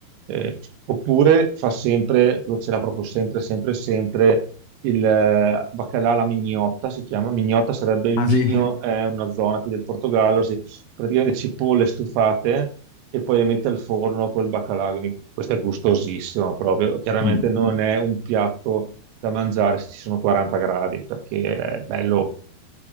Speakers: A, on the right; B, on the left.
A: Eh, oppure fa sempre, lo c'era proprio sempre, sempre, sempre, il eh, baccalà alla mignotta, si chiama, mignotta sarebbe il
B: Ah
A: migno,
B: sì?
A: è una zona qui del Portogallo, si, praticamente cipolle stufate e poi le mette al forno col baccalà, quindi questo è gustosissimo proprio, chiaramente
B: Mm.
A: non è un piatto da mangiare se ci sono 40 gradi, perché è bello